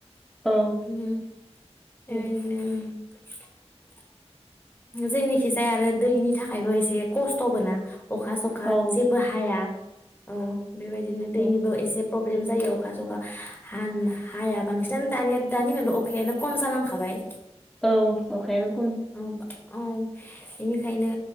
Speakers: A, in the centre; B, on the left.
A: औ
B: उम
A: उम
B: ओं इदिनो ओं <inaudible> जोंनिखिजा आरो दैनि थाखायबो एसे खस्थबो ना। अखा सखा
A: औ
B: जेबो हाया। औ बेबायदिनो दैनिबो
A: औ
B: एसे प्रब्लेम जायो अखा सखा हान हाया बांसिनानो दानिया दानि दिनाव अखायानो खम जालांखाबाय।
A: औ अखायानो कम।
B: औ औ बेनिखायनो